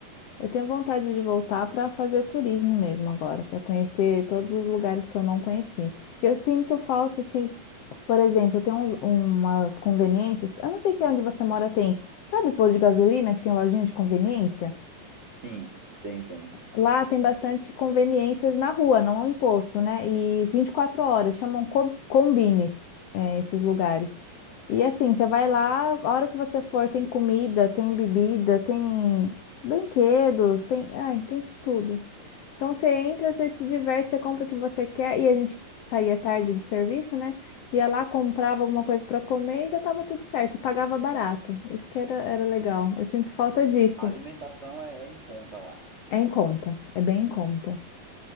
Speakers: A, on the left; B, on the right.
A: Eu tenho vontade de voltar para fazer turismo mesmo agora, para conhecer todos os lugares que eu não conheci. Eu sinto falta, assim, por exemplo, tem uns- umas conveniências. Eu não sei se é onde você mora tem, sabe, posto de gasolina que tem lojinha de conveniência?
B: Sim, tem, tem.
A: Lá tem bastante conveniências na rua, não em posto, né? E 24 horas, chamam co- combines, é, esses lugares. E assim, você vai lá, a hora que você for, tem comida, tem bebida, tem brinquedos, tem, ai, tem de tudo. Então você entra, você se diverte, você compra o que você quer. E a gente saía tarde do serviço, né? Ia lá, comprava alguma coisa para comer e já tava tudo certo. E pagava barato. Isso que era, era legal. Eu sinto falta disso.
B: A alimentação é, é em conta lá.
A: É em conta, é bem em conta.